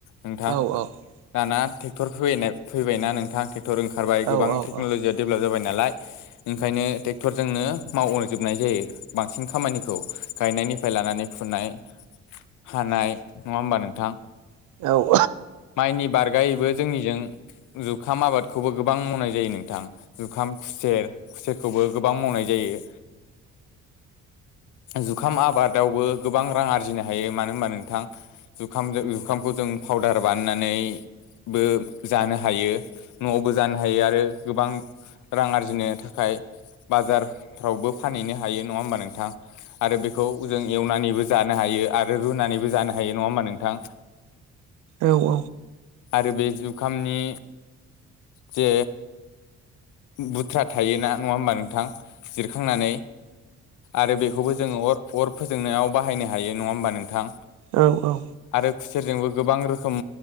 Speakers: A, on the left; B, on the right.
A: नोंथां
B: औ औ
A: दाना ट्रेक्टर फैनाय फैबाय ना नोंथां टेक टर ओंखारबाय
B: औ
A: गोबां टेक्नल'जिआ
B: औ
A: डेभेलप जाबाय नालाय ओंखायनो ट्रेक्टर जोंनो मावजोबनाय जायो बांसिन खामानिखौ गायनाय निफ्राय लानानै फुनाय, हानाय नङा होमबा नोंथां?
B: औ औ
A: माइनि बारगायैबो जोंनिजों जुखाम आबादखौबो गोबां मावनाय जायो नोंथां जुखाम खुसेर खुसेरखौबो गोबां मावनाय जायो। जुखाम आबादावबो गोबां रां आरजिनो हायो मानो होमबा नोंथां जुखामजों ओंखामखौ जों फावदार बानायनानै बो जानो हायो न'आवबो जानो हायो आरो गोबां रां आरजिनो थाखाय बाजारफ्रावबो फानहैनो हायो नङा होमबा नोंथां? आरो बेखौ जों एवनानैबो जानो हायो आरो रुनानैबो जानो हायो नङा होमबा नोंथां?
B: औ औ।
A: आरो बे जुखामनि जे बुथ्रा थायोना नङा होमबा नोंथां? जिरखांनानै आरो बेखौबो जोङो अर अर फोजोंनायाव बाहायनो हायो नङा होमबा नोंथां?
B: औ औ।
A: आरो खुसेरजोंबो गोबां रोखोम